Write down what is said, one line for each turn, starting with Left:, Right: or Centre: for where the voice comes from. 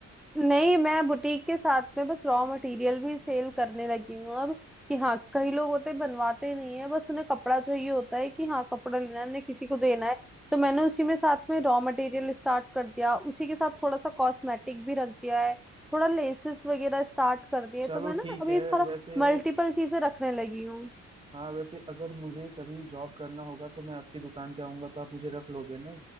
Centre: नहीं मैं बुटीक के साथ में बस रॉ मटेरियल भी सेल करने लगी हूँ अब कि हाँ कई लोग होते हैं, बनवाते नहीं है बस उन्हें कपड़ा चाहिए होता है कि हाँ कपड़ा लेना है हमने किसी को देना है तो मैंने उसी में साथ में रॉ मटेरियल स्टार्ट कर दिया उसी के साथ थोड़ा सा कॉस्मेटिक भी रख दिया है थोड़ा लेसेस वगैरह स्टार्ट कर दिए
Right: चलो
Centre: तो मैं ना
Right: ठीक
Centre: अभी
Right: है
Centre: सारा
Right: वैसे
Centre: मल्टीपल चीजें रखने लगी हूँ
Right: हाँ वैसे अगर मुझे कभी जॉब करना होगा तो मैं आपकी दुकान पे आऊंगा तो आप मुझे रख लोगे ना